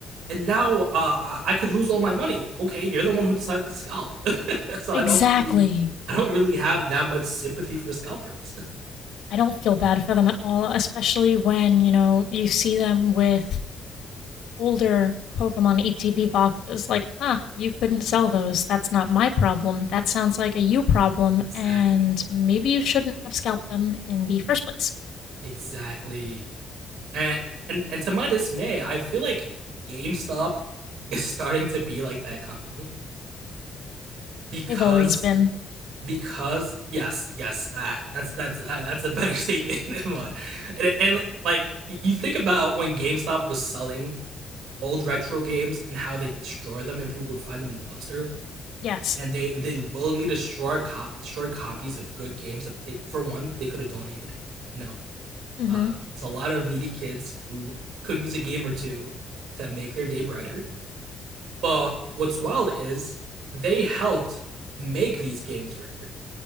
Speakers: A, on the right; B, on the left.
A: and now uh, I- I could lose all my money. Okay, you're the one who decided to scalp, <laughs> so I
B: Exactly.
A: don't really, I don't really have that much sympathy for scalpers.
B: I don't feel bad for them at all, especially when, you know, you see them with older Pokemon ETB boxes. Like, huh, you couldn't sell those. That's not my problem. That sounds like a you problem,
A: <laughs> exactly,
B: and maybe you shouldn't have scalped them in the first place.
A: exactly. And and and to my dismay, I feel like GameStop <laughs> is starting to be like that company because
B: They've always been.
A: because yes yes that that's that's uh, that's a better statement than <laughs> one and, and like you think about when GameStop was selling old retro games and how they destroy them and people would find them in the dumpster
B: Yes.
A: and they they willingly destroy co- destroy copies of good games that they for one they could have donated you know
B: Mhm.
A: Uh, there's a lot of needy kids who could use a game or two to make their day brighter. But what's wild is they helped make these games rare,